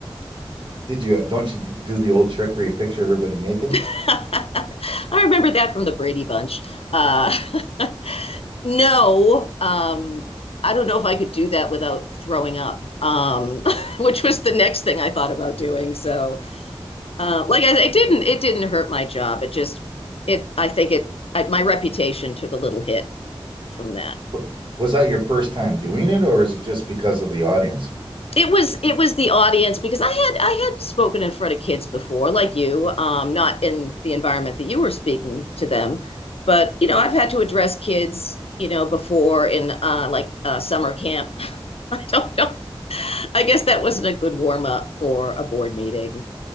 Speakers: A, on the right; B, on the left.
A: Did you don't you do the old trick where you picture everybody naked?
B: <laughs> I remember that from the Brady Bunch. Uh, <laughs> no, um, I don't know if I could do that without throwing up, um, <laughs> which was the next thing I thought about doing. So, uh, like I, it didn't, it didn't hurt my job. It just, it, I think it, I, my reputation took a little hit from that.
A: Wa- Was that your first time doing it, or is it just because of the audience?
B: it was it was the audience because I had I had spoken in front of kids before, like you, um, not in the environment that you were speaking to them, but you know I've had to address kids, you know, before in uh, like uh, summer camp. <laughs> I don't know. I guess that wasn't a good warm up for a board meeting.